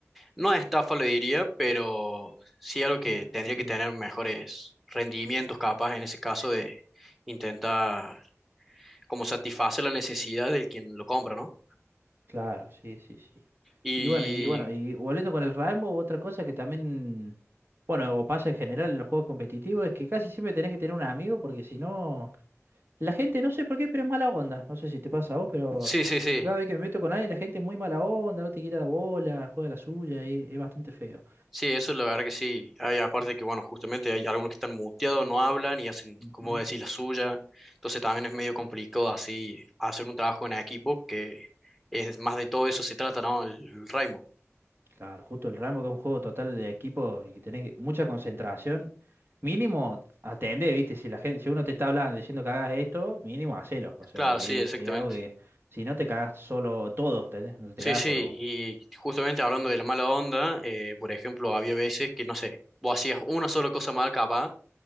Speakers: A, in the centre; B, on the right.
A: No estafa lo diría, pero sí algo que
B: Mm,
A: tendría
B: Pero
A: que tener mejores rendimientos capaz en ese caso de intentar como satisfacer la necesidad del quien lo compra, ¿no?
B: Claro, sí, sí, sí.
A: Y
B: Y bueno, y bueno, y volviendo con el Rainbow, otra cosa que también, bueno, o pasa en general en los juegos competitivos, es que casi siempre tenés que tener un amigo, porque si no, la gente, no sé por qué, pero es mala onda. No sé si te pasa a vos, pero
A: sí, sí, sí,
B: cada vez que me meto con alguien, la gente es muy mala onda, no te quiere la bola, juega la suya, y es bastante feo.
A: sí, eso la verdad que sí. Hay aparte que, bueno, justamente hay algunos que están muteados, no hablan y hacen,
B: Ujú.
A: como decir, la suya. Entonces también es medio complicado así hacer un trabajo en equipo que es más de todo eso se trata, ¿no? El, el Rainbow.
B: Claro, justo el Rainbow, que es un juego total de equipo y que tenés que- mucha concentración Mínimo atendé, ¿viste? Si la gente, si uno te está hablando diciendo que hagas esto, mínimo hacelo. O sea,
A: Claro,
B: porque
A: sí, exactamente.
B: es, es algo que si no te cagas solo todos, ¿entendés? No te
A: Sí,
B: cagas
A: sí,
B: solo vos.
A: y justamente hablando de la mala onda, eh, por ejemplo, había veces que, no sé, vos hacías una sola cosa mal capaz,